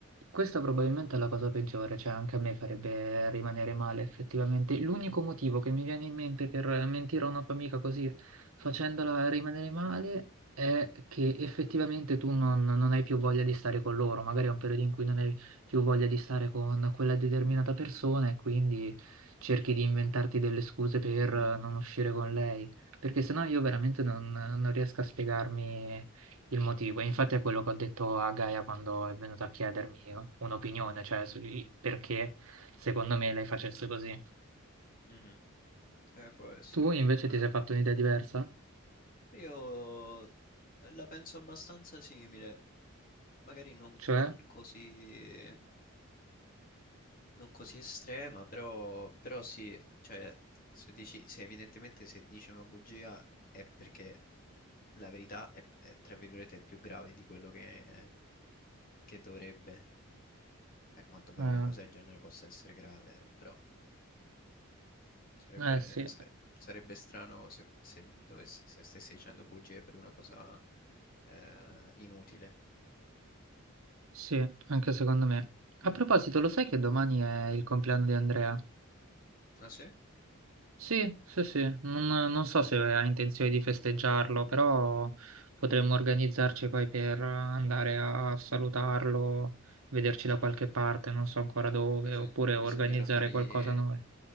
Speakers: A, on the right; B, on the left.
A: questa probabilmente è la cosa peggiore, cioè anche a me farebbe rimanere male effettivamente. L'unico motivo che mi viene in mente per mentire a una tua amica così facendola rimanere male è che effettivamente tu non, non hai più voglia di stare con loro, magari è un periodo in cui non hai più voglia di stare con quella determinata persona e quindi cerchi di inventarti delle scuse per
B: Mm,
A: eh, non uscire con lei, perché sennò io veramente non non riesco a spiegarmi il motivo. E Infatti è quello che ho detto a Gaia quando è venuto a chiedermi un'opinione, cioè sui perché secondo me lei facesse così.
B: mhm. Eh, può essere.
A: Tu invece
B: Non
A: ti
B: è-
A: sei fatto un'idea diversa?
B: Io la penso abbastanza simile, magari non
A: Cioè?
B: non così... non così estrema, però, però sì, cioè, se dici, se evidentemente se dici una bugia è perché la verità è, è, tra virgolette, è più grave di quello che, che dovrebbe, per quanto poi
A: Eh,
B: una cosa del genere possa essere grave, però sarebbe,
A: eh, sì,
B: sa- sarebbe strano se, se, dovessi- se stessi dicendo bugie per una cosa eh, inutile.
A: sì, anche secondo me. A proposito,
B: Mm.
A: lo sai che domani è il compleanno di Andrea?
B: Ah sì?
A: Sì, sì, sì, non, non so se ha intenzione di festeggiarlo, però potremmo organizzarci poi per andare a salutarlo, vederci
B: Mhm.
A: da qualche parte, non so ancora dove,
B: Bisogna-
A: oppure
B: bisognerà
A: organizzare
B: fargli,
A: qualcosa noi.